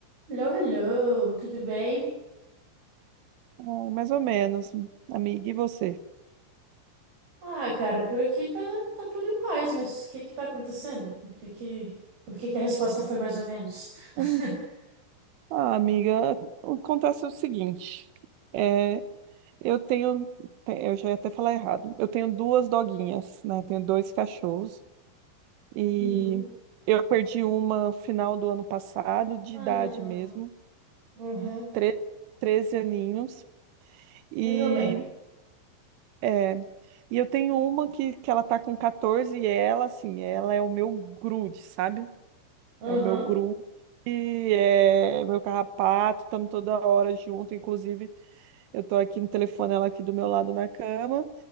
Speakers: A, on the right; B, on the right.
A: Hello, hello, tudo bem?
B: É, mais ou menos, amiga. E você?
A: Ah, cara, por aqui tá, tá tudo em paz, mas o que que tá acontecendo? Por que que, por que que a resposta foi mais ou menos? <laughs>
B: Hum. Ah, amiga, acontece o seguinte. É, eu tenho, te- eu já ia até falar errado. Eu tenho duas doguinhas, né? Eu tenho dois cachorros e
A: Uhum.
B: eu perdi uma final do ano passado, de
A: Ah,
B: idade
A: não.
B: mesmo,
A: Uhum.
B: tre 13 aninhos. E,
A: Meu bem.
B: é, e eu tenho uma que, que ela tá com 14 e ela, assim, ela é o meu grude, sabe?
A: Uhum.
B: É o meu grupo, é meu carrapato, estamos toda hora junto. Inclusive, eu tô aqui no telefone, ela aqui do meu lado na cama.